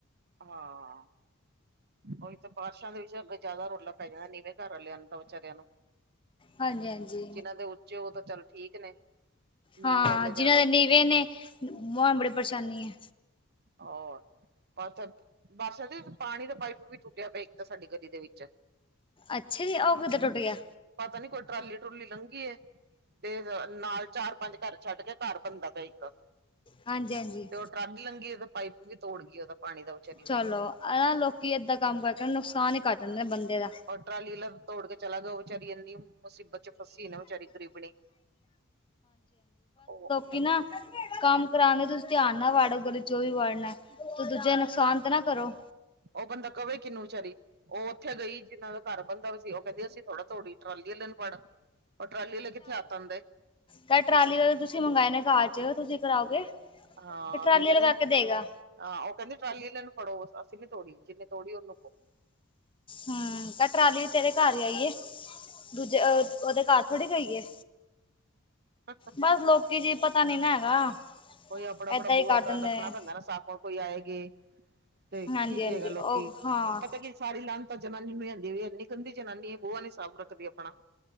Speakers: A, on the right; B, on the left.
A: ਹਾਂ ਓਈ ਤਾਂ ਬਾਰਿਸ਼ਾਂ ਦੇ ਵਿੱਚ ਜ਼ਿਆਦਾ ਰੋਲਾ ਪੈ ਜਾਂਦਾ ਨੀਵੇਂ ਘਰ ਆਲਿਆਂ ਨੂੰ। ਵਿਚਾਰਿਆਂ ਨੂੰ
B: ਹਾਂਜੀ-ਹਾਂਜੀ
A: ਜਿਨਾਂ ਦੇ ਉੱਚੇ ਓ ਤਾਂ ਚੱਲ ਠੀਕ ਨੇ। ਨੀਵੇਂ
B: ਹਾਂ
A: ਵਾਲੇ ਜ਼ਿਆਦਾ
B: ਜਿਨਾਂ ਦੇ ਨੀਵੇਂ
A: ਕਰਦੇ
B: ਨੇ ਮ ਬੜੀ ਪਰੇਸ਼ਾਨੀ ਐ।
A: ਹੋਰ <unintelligible> ਬਸ ਬਸ ਦੀ ਪਾਣੀ ਦਾ ਪਾਈਪ ਵੀ ਟੁੱਟਿਆ ਪਿਆ ਇੱਕ ਤਾਂ ਸਾਡੀ ਗਲੀ ਦੇ ਵਿੱਚ।
B: ਅੱਛਾ ਜੀ ਓ ਕਿੱਦਾ ਟੁਟ ਗਿਆ।
A: ਪਤਾ ਨੀ ਕੋਈ ਟਰਾਲੀ ਟਰੂਲੀ ਲੰਘੀ ਏ ਤੇ ਨਾਲ ਚਾਰ, ਪੰਜ ਘਰ ਛੱਡ ਕੇ ਘਰ ਬਣਦਾ ਪਿਆ ਇੱਕ।
B: ਹਾਂਜੀ, ਹਾਂਜੀ।
A: ਤੇ ਟਰਾਲੀ ਲੰਘੀ ਓਦੇ ਪਾਈਪ ਵੀ ਤੋੜ ਗਈ ਓਦਾ ਪਾਣੀ ਦਾ। ਵਿਚਾਰੀ
B: ਚਲੋ
A: ਦਾ
B: ਅਨਾ ਲੋਕੀ ਏਦਾਂ ਕੰਮ ਕਰਕੇ ਨੁਕਸਾਨ ਈ ਕਰ ਦੇਂਦੇ ਨੇ ਬੰਦੇ ਦਾ।
A: ਔਰ ਟਰਾਲੀ ਲੱਗ ਤੋੜ ਗੇ। ਚਲਾ ਗਿਆ ਓ ਵਿਚਾਰੀ ਏਨੀ ਮੁਸੀਬਤ ਚ ਫਸੀ ਏ ਨਾ ਵਚਾਰੀ ਗਰੀਬਣੀ ਓਹ।
B: ਕਿ ਨਾ ਕੰਮ ਕਰਾਨੇ ਤੁਸੀਂ ਧਿਆਨ ਨਾਲ ਵਾੜੋ ਗਲੀ ਚ ਜੋ ਵੀ ਵਾੜਨਾ ਐ। ਤੇ ਦੂਜੇ ਨੁਕਸਾਨ ਤੇ ਨਾ ਕਰੋ।
A: ਓ ਬੰਦਾ ਕਵੇ ਕਿੰਨੂੰ ਵਿਚਾਰੀ, ਓ ਓਥੇ ਗਈ ਜਿਨਾ ਦਾ ਘਰ ਬਣਦਾ ਪੇਆ ਸੀ ਓ ਕੈਂਦੀ ਅਸੀਂ ਥੋੜਾ ਥੋੜੀ ਟਰਾਲੀ ਆਲੇ ਨੂੰ ਫੜ੍ਹ ਪਰ ਟਰਾਲੀੇ ਆਲੇ ਕਿੱਥੇ ਹੱਥ ਆਂਦੇ।
B: ਕਹਿ ਟਰਾਲੀ ਦਾ ਤਾਂ ਤੁਸੀਂ ਮੰਗਏ ਨੇ ਕਾਰ ਚ ਤੁਸੀਂ ਕਰਾਓਗੇ।
A: ਹਾਂ
B: ਕਿ ਟਰਾਲੀ
A: <unintelligible>
B: ਲਗਾ ਕੇ ਦੇਗਾ
A: ਹਾਂ, ਓ ਕਹਿੰਦੀ ਟਰਾਲੀ ਆਲਿਆਂ ਨੂੰ ਫੜੋ ਅਸੀਂ ਨੀ ਤੋੜੀ ਜਿੰਨੇ ਤੋੜੀ ਉਹਨੂੰ ਕੋ।
B: ਹੂੰ, ਤਾਂ ਟਰਾਲੀ ਵੀ ਤੇਰੇ ਘਰ ਆਈਏ ਦੂਜੇ
A: ਹਾਂ
B: ਉਹਦੇ ਘਰ। ਥੋੜ੍ਹੇ ਖਾਈਏ।
A: <inaudible>
B: ਬਸ ਲੋਕੀ ਜੀ ਪਤਾ ਨੀ ਨਾ ਹੈਗਾ।
A: ਕੋਈ ਆਪਣਾ ਆਪਣਾ
B: ਐਦਾਂ
A: ਬੂਆ
B: ਹੀ ਕਰ ਦਿੰਦੇ
A: ਤਾਂ ਰੱਖਣਾ
B: ਨੇ
A: ਪੈਂਦਾ ਨਾ ਸਾਫ਼ ਕੋਈ ਆਏ ਗੇ। ਤੇ
B: ਹਾਂਜੀ
A: ਕੀ ਕਹੇਗਾ
B: ਹਾਂਜੀ
A: ਲੋਕੀ
B: ਉਹ ਹਾਂ
A: ਪਤਾ ਕੀ ਸਾਰੀ ਲਾਣ ਤਾ ਜ਼ਨਾਨੀ ਲਿਆਂਦੀ ਵੇ ਇੰਨੀ ਗੰਦੀ ਜ਼ਨਾਨੀ ਏ, ਬੂਆ ਨੀ ਸਾਫ਼ ਰੱਖਦੀ ਆਪਣਾ